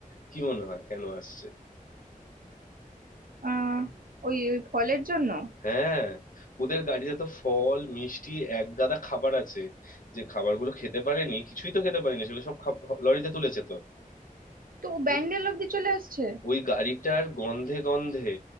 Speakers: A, on the left (about 70°); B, on the right (about 75°).
A: কি মনে হয় কেন আসছে
B: আহ ওই ওই ফলের জন্য
A: হ্যাঁ ওদের গাড়িতে তো ফল মিষ্টি এক গাদা খাবার আছে যে খাবারগুলো খেতে পারেনি কিছুই তো খেতে পারেনি সেগুলো সব খাব- লরিতে তুলেছে তো
B: তো ব্যান্ডেল
A: বুঝ-
B: অব্দি চলে আসছে
A: ওই গাড়িটার গন্ধে গন্ধে